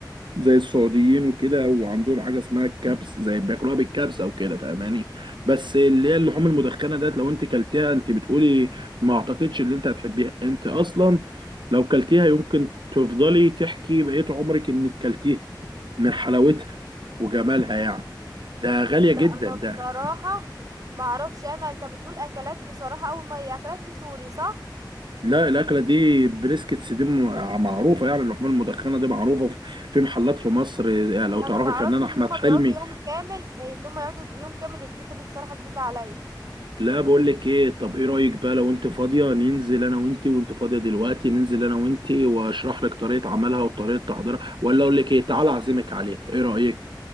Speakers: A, on the right (about 75°); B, on the right (about 50°).
A: زي السعوديين وكده وعندهم حاجه اسمها الكبس زي بياكلوها بالكبسه وكده فاهماني بس اللي هي اللحوم المدخنه ديت لو انت كلتيها انت بتقولي ما اعتقدش ان انت هتحبيها انت اصلا لو كلتيها يمكن تفضلي تحكي بقيت عمرك انك كلتيها من حلاوتها وجمالها يعني ده غاليه
B: ده
A: جدا
B: انا
A: ده
B: بصراحة ما اعرفش انا انت بتقول اكلات بصراحة اول ما اكلات دي سوري صح
A: لا الاكله دي بريسكتس دي م- معروفه يعني اللحوم المدخنه دي معروفه في في محلات في مصر يعني لو تعرفي
B: انا ما اعرفش
A: الفنان
B: ان
A: احمد
B: هما
A: حلمي
B: بيقعدوا يوم كامل ان هما يقعدوا يوم كامل يطبخوا دي بصراحة جديدة عليا
A: لا بقول لك ايه طب ايه رايك بقى لو انت فاضيه ننزل انا وانت وانت فاضيه دلوقتي ننزل انا وانت واشرح لك طريقه عملها وطريقه تحضيرها ولا اقول لك ايه تعالى اعزمك عليها ايه رايك